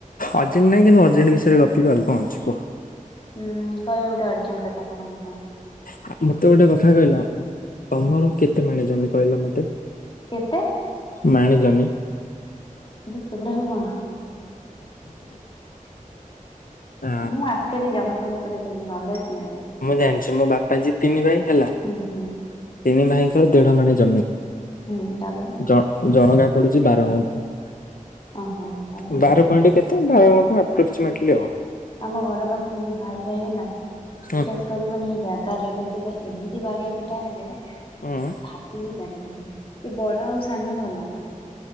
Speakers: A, on the left; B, on the left.
A: ଅର୍ଜେଣ୍ଟ ନାଇଁ କିନ୍ତୁ ଅର୍ଜେଣ୍ଟ ବିଷୟରେ ଗପିବା ଆଉ କଣ ଅଛି କୁହ।
B: ହୁଁ କହିଲ ଗୋଟେ ଅର୍ଜେଣ୍ଟ କଥା କଣ ମୁଁ ଶୁଣେ।
A: ଆ ମତେ ଗୋଟେ କଥା କହିଲ ତମର କେତେ ମାଣେ ଜମି କହିଲ ମତେ?
B: କେତେ?
A: ମାଣି ଜମି।
B: କିନ୍ତୁ ସେଗୁଡାକ କଣ?
A: ଆ
B: ମୁଁ ଆକ୍ଚଲି ଜମିଫମି ଉପରେ ଏତେ ନଲେଜ ନାହିଁ।
A: ମୁଁ ଜାଣିଛି ମୋ ବାପା ଯିଏ ତିନି ଭାଇ ହେଲା।
B: ହୁଁ ହୁଁ।
A: ତିନି ଭାଇଙ୍କର ଦେଢ ମଣି ଜମି।
B: ହୁଁ ତାପରେ
A: ଜ ଜଣକା ପଡୁଛି ବାରଗୁଣ୍ଠ <unintelligible>
B: ଓହୋ ତାପରେ
A: ବାର ପଏଣ୍ଟ କେତେ? ବାର ଆପ୍ରୋକ୍ସମେଟଲି ଆଉ।
B: ଆମ ଘର ପାଖରେ ଭାଇ ଭାଇ ହେଲା ବିଶ୍ଵାସ
A: ହୁଁ
B: କରିବନି ଜାଗା ଜାଗା ଥିବା ଏମିତି ବାଡିଆ ପିଟା ହେଲେ ମୁଁ
A: ହୁଁ
B: ଭାବି ବି ପାରିବନି ସେ ବଡ ଆଉ ସାନ ଭଲ ହେଲା